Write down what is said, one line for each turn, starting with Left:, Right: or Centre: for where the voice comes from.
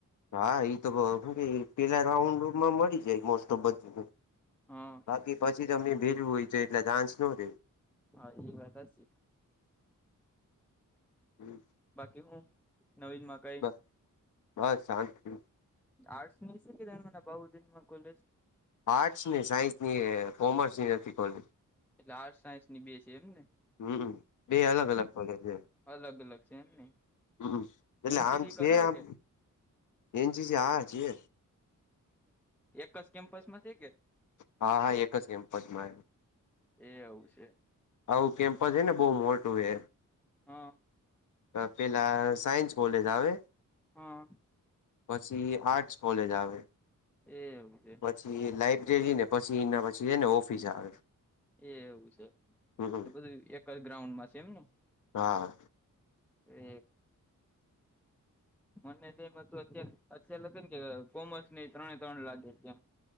Left: હા એ તો પેલા રાઉન્ડમાં મળી જાય મોસ્ટ ઓફ બધું
Centre: હા
Left: બાકી પછી તમને ભેલવું હોય તો એટલા ચાન્સ ન રહેે
Centre: હા એ વાત હશે
Left: હમ
Centre: બાકી હું નવીન મા
Left: બસ બસ શાંતિ
Centre: આર્ટસ ની શ કે મને બુ દિનમાં કોલે
Left: આર્ટ્સ ને સાયન્સ ની કોમર્સની નથી કોલે
Centre: એટલે આર્ટ્ સાયન્સની બે છે એમ ને
Left: હમ બે અલગ અલગ કોલેજ છે.
Centre: અલગ અલગ છે એમને
Left: હમ એટલે
Centre: એનસીસી
Left: આમ છે
Centre: કરાવે
Left: આમ
Centre: કે
Left: એચ આ છે.
Centre: એક જ કેમ્પસમાં છે કે
Left: હા હા એક જ એમપદમાં
Centre: એવું છે
Left: આવું કેમ્પસ છે ને બઉુ મોટું હ
Centre: હા
Left: પેલા સાયન્સ કોલેજ આવે
Centre: હા
Left: પછી એ આર્ટસ કોલેજ આવે
Centre: એવુંજ
Left: પછી લાઈબ્રેરી ને પછી એના પછી જાય ને ઓફિસ આવે
Centre: એ એવું છે
Left: હમ
Centre: એટલે બધું એક જ ગ્રાઉન્ડમાં છે એમ ને
Left: હા
Centre: એ મને તું અતાર અતલે કઈને કે કોમસ ત્રણે ત્રણ લાગે કેમ